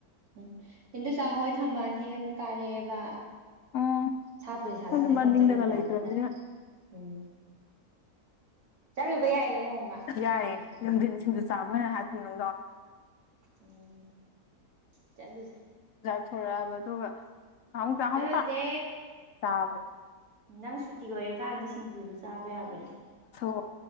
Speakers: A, on the right; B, on the left.
A: ꯎꯝ ꯏꯟꯗꯨ ꯆꯥꯛ ꯍꯣꯏ ꯊꯝꯕꯥꯜ ꯍꯦꯛꯉꯒ ꯀꯥꯔꯛꯑꯦꯕ
B: ꯑꯣ
A: ꯁꯥꯠꯄꯨꯗꯤ ꯁꯥꯠꯂꯝꯕꯅꯦ
B: ꯈꯪꯗꯦ
A: ꯑꯩꯈꯣꯏꯅ
B: ꯃꯅꯤꯡꯗꯒ
A: ꯆꯠꯂꯨꯗ꯭ꯔꯕꯅꯤꯅ
B: ꯂꯩꯇ꯭ꯔꯕꯅꯤꯅ
A: ꯎꯝ ꯆꯂꯣ ꯕ ꯌꯥꯏꯌꯦ ꯅꯣꯡꯃ
B: ꯌꯥꯏꯌꯦ
A: ꯅꯨꯡꯊꯤꯟ
B: ꯅꯨꯡꯊꯤꯟꯁꯤꯡꯗꯨ ꯆꯥꯕꯅ ꯎꯝ
A: ꯎꯝꯝ ꯆꯠꯂꯨꯁꯦ
B: ꯊꯣꯔꯛꯑꯕ ꯑꯗꯨꯒꯥ ꯍ
A: ꯆꯠꯂꯨꯁꯦ
B: ꯍ <unintelligible>
A: ꯅꯪ ꯁꯨꯇꯤ ꯑꯣꯏꯔꯀꯥꯟꯗ ꯁꯤꯡꯖꯨꯗꯨꯣ ꯆꯥꯕ ꯌꯥꯕꯅꯦ
B: ꯍꯁ